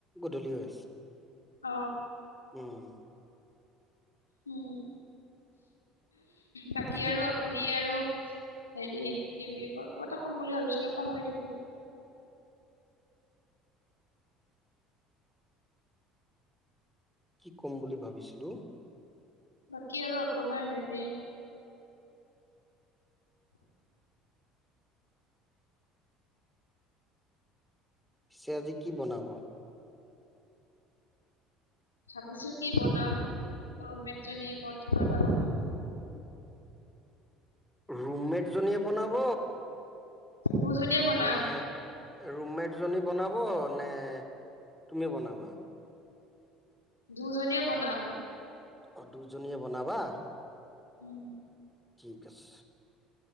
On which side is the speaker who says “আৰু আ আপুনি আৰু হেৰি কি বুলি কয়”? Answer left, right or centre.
Left